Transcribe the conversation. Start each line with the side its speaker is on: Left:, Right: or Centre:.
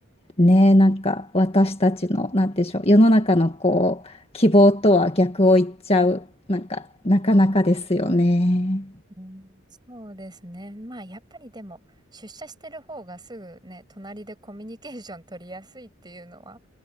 Left: ねえなんか私たちのなんて言うんでしょう世の中のこう希望とは逆を言っちゃう、なんか、なかなかですよね。
Right: うん、そうですね。まあやっぱりでも出社してる方がすぐね、隣でコミュニケーション取りやすいっていうのは